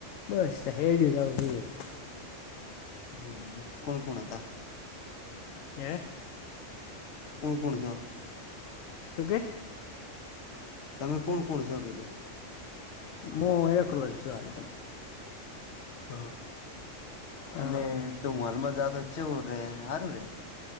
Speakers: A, on the left (about 85°); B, on the left (about 65°).
A: બસ હેડું જાાવ જોું. <unintelligible>
B: હમ્મ કોણ કોણ હતા?
A: હે!
B: કોણ કોણ છ?
A: શું કે?
B: તમે કોણ કોણ છો? કીધું.
A: મો એકલોલ છું હાલ તો.
B: હ
A: હા
B: અને ત મોલમાંલમાં જતો છેવું રે સારું રે?